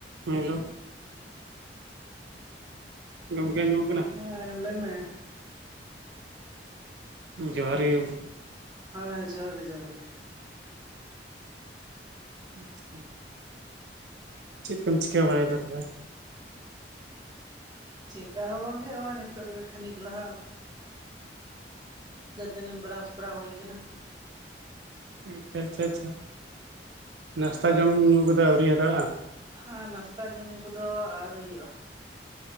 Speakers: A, on the right; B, on the right.
A: ᱧᱮᱞᱳ, ᱜᱚᱢᱠᱮ ᱟᱸᱡᱚᱢᱚᱜ ᱠᱟᱱᱟ?
B: ᱦᱮᱸ ᱞᱟᱹ ᱢᱮ᱾
A: ᱡᱚᱦᱟᱨ ᱜᱮ ᱜᱚᱢᱠᱮ᱾
B: ᱦᱳᱭ ᱡᱚᱦᱟᱨ ᱜᱮ ᱡᱚᱦᱟᱨ ᱜᱮ,
A: ᱟᱪᱪᱷᱟ, ᱪᱮᱫ ᱠᱚᱢ ᱪᱤᱠᱟᱹ ᱵᱟᱲᱟᱭᱫᱟ ᱛᱚᱵᱮ?
B: ᱪᱮᱠᱟ ᱦᱚᱸ ᱵᱟᱝ ᱜᱮ ᱦᱚᱜᱼᱚᱭ ᱱᱤᱛᱳᱜ ᱜᱮ ᱠᱷᱟᱱᱤᱠ ᱞᱟᱦᱟ ᱫᱟᱹᱛᱟᱹᱱᱤ ᱵᱮᱨᱟᱥ ᱵᱟᱲᱟ ᱦᱳᱭ ᱠᱟᱱᱟ᱾
A: ᱟᱪᱪᱷᱟ ᱟᱪᱪᱷᱟ ᱟᱪᱪᱷᱟ ᱱᱟᱥᱛᱟ ᱡᱚᱢ ᱧᱩ ᱠᱚᱫᱚ ᱟᱣᱨᱤ ᱦᱟᱛᱟᱲᱟᱜᱼᱟ?
B: ᱦᱟᱸ ᱱᱟᱥᱛᱟ ᱡᱚᱢ ᱧᱩ ᱠᱚᱫᱚ ᱟᱹᱣᱨᱤ ᱦᱩᱭᱩᱜᱼᱟ᱾